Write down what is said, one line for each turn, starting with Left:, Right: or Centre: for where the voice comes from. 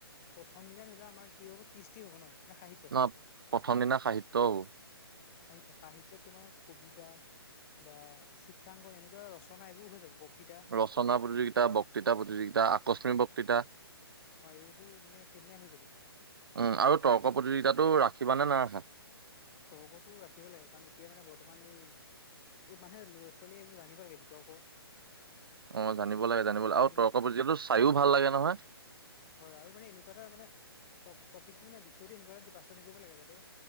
Left: প্ৰথম দিনা ধৰিলেও আমাৰ কি হ'ব কৃস্তি হ'ব ন নে সাহিত্য
Right: ন প্ৰথম দিনা সাহিত্য হ'ব
Left: সাহিত্য সাহিত্যত তোমাৰ কবিতা বা চিত্ৰাংকন এনেকুৱা ৰচনা এইবোৰ হৈ যাব বক্তৃতা
Right: ৰচনা প্ৰতিযোগিতা বক্তৃতা প্ৰতিযোগিতা আকস্মিক বক্তৃতা
Left: হয় এইবোৰ মানে সেইদিনাই হৈ যাব
Right: উম' আৰু তৰ্ক প্ৰতিযোগিতাতো ৰাখিবানে নাৰাখা?
Left: তৰ্কতো ৰাখিব লাগে কাৰণ এতিয়া মানে বৰ্তমান এই- এই মানে লৰা ছোৱালীয়ে এইবোৰ জানিব লাগে বিতৰ্ক-
Right: অঁ জানিব লাগে জানিব লাগে
Left: কোনোবা
Right: আৰু তৰ্ক প্ৰতিযোগিতাতো চাইও ভাল লাগে নহয়।
Left: হয়, আৰু মানে এনেকুৱা এটা মানে টপিকটো মানে বিষয়টো এনেকুৱা বাছনি কৰিব লাগে যাতে-